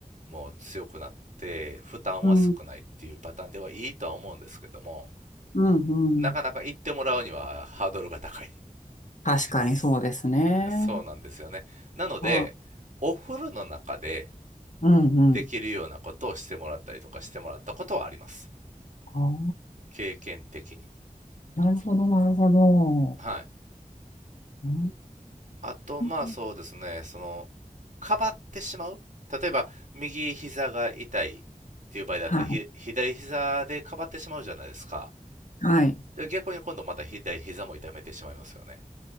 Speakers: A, on the right; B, on the left.
A: も強くなって、負担は少ないっていうパターンではいいとは思うんですけども、
B: うん。うん。
A: なかなか行ってもらうにはハードルが高い。
B: うん確かにそうですね。
A: <laughs> そうなんですよね。なので、
B: はい。
A: お風呂の中で
B: うん。
A: できるようなことをしてもらったりとかしてもらったことはあります。
B: うん。あ
A: 経験的に。
B: あ。なるほど、なるほど。
A: はい。
B: うー
A: あと、まあそうですね、
B: ん。
A: その、かばってしまう例えば、右膝が痛いっていう場合だったら、
B: はい。
A: ひ左膝でかばってしまうじゃないですか。
B: はい。
A: じゃあ逆に今度また左膝も痛めてしまいますよね。